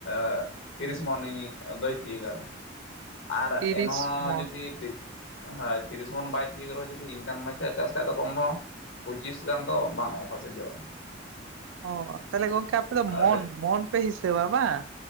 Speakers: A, on the left; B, on the right.
A: <inaudible> ᱛᱤᱨᱤᱥ ᱢᱚᱱᱤᱧ ᱟᱫᱟᱭ ᱛᱤᱭᱳᱜᱟ ᱟᱨ
B: ᱛᱤᱨᱤᱥ
A: ᱮᱱᱦᱚᱸ
B: ᱢᱚᱱ
A: ᱡᱩᱫᱤ ᱦᱳᱭ, ᱛᱤᱨᱤᱥ ᱢᱚᱱ ᱵᱟᱭ ᱛᱤᱭᱳᱜ ᱨᱮᱦᱚᱸ ᱡᱩᱫᱤ ᱤᱱᱠᱟᱱ ᱢᱟᱪᱷᱟ ᱪᱟᱥ ᱠᱷᱟᱡ ᱫᱚ ᱠᱚᱢ ᱨᱮᱦᱚᱸ ᱯᱚᱸᱪᱤᱥ ᱜᱟᱱ ᱫᱚ ᱵᱟᱝ ᱚᱠᱟᱥᱮᱡᱚᱜᱼᱟ ᱾
B: ᱚ, ᱛᱟᱞᱦᱮ ᱜᱚᱝᱠᱮ ᱟᱯᱮ ᱫᱚ ᱢᱚᱱ
A: ᱟᱹᱰᱤ
B: ᱢᱚᱱ ᱯᱮ ᱦᱤᱥᱟᱹᱵᱟ ᱵᱟᱝ?